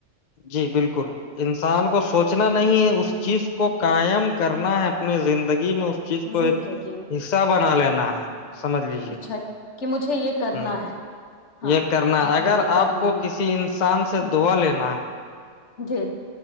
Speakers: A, on the left; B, on the left.
A: جی بالکل ان انسان کو سوچنا نہیں ہے اس چیز کو قائم کرنا ہے اپنے زندگی میں اس چیز کو
B: زندگی
A: ایک
B: میں
A: حصہ بنا لینا <inaudible> لیجیے
B: اچھا کہ مجھے یہ کرنا
A: ہ
B: ہے ہاں
A: یہ کرنا
B: مجھے
A: ہے۔ اگر
B: یہ
A: آپ
B: کرنا
A: کو
B: ہے
A: کسی انسان سے
B: ہ
A: دعا لینا ہے
B: جی